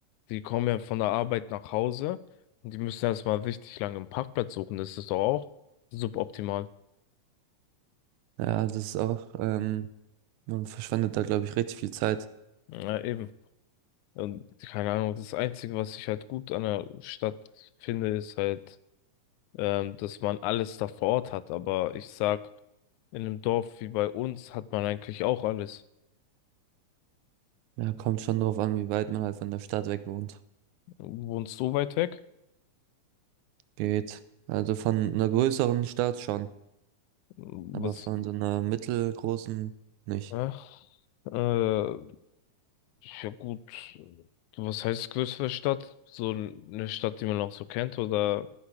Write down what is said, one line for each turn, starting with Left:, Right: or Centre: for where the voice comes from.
Left: Die kommen ja von der Arbeit nach Hause und die müssen erstmal richtig lange einen Parkplatz suchen. Das ist doch auch suboptimal.
Right: Ja, das ist auch, ähm, man verschwendet da, glaube ich, richtig viel Zeit.
Left: Ja, eben. Und keine Ahnung, das Einzige, was ich halt gut an der Stadt finde, ist halt, ähm, dass man alles da vor Ort hat. Aber ich sag, in einem Dorf wie bei uns hat man eigentlich auch alles.
Right: Ja, kommt schon drauf an, wie weit man halt von der Stadt weg wohnt.
Left: Wohnst du weit weg?
Right: Geht. Also von einer größeren Stadt schon.
Left: Was?
Right: aber von so einer mittelgroßen nicht.
Left: Äh, äh, ja gut. Was heißt größere Stadt? So eine Stadt, die man auch so kennt oder